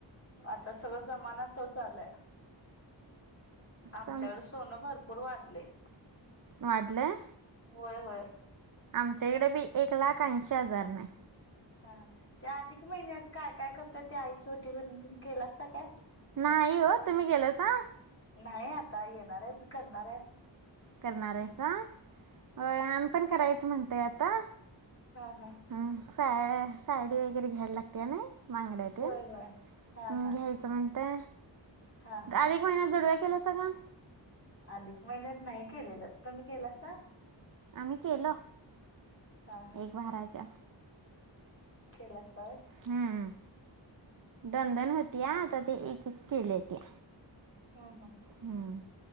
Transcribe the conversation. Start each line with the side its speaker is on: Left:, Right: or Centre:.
Left: आता सगळं जमाना तोच आलाय. आमच्याकडे
Right: सम
Left: सोनं भरपूर वाढलंय.
Right: वाढलंय.
Left: होय होय.
Right: आमच्या इकडे बी एक लाख ऐशी हजार न हाय.
Left: हा त्या अधिक महिन्यात काय काय करतात ते आईची ओटी भरनी तिनं केलासा काय?
Right: नाही हो. तुम्ही केलासा?
Left: नाही आता येणार आहेत. करणार आहे.
Right: करणार हायसा, होय आम्ही पण करायचं म्हणतय आता
Left: हा हा.
Right: हं सा साडी वगैरे घ्यायला लागत्या नाई. बांगड्यातीन
Left: होय होय हा हा
Right: घ्यायचं म्हण ते.
Left: हा हा
Right: काल एक महिना जुडव्या केलासा का?
Left: अधिक महिन्यात नाही केलेलं. तुम्ही केलासा?
Right: आम्ही केलं.
Left: हा हा
Right: एक भराच्या.
Left: केलासा व्हय.
Right: हम्म दोन दोन होत्या आता ते एक एक केल्यात्या.
Left: हम् हम.
Right: हम्म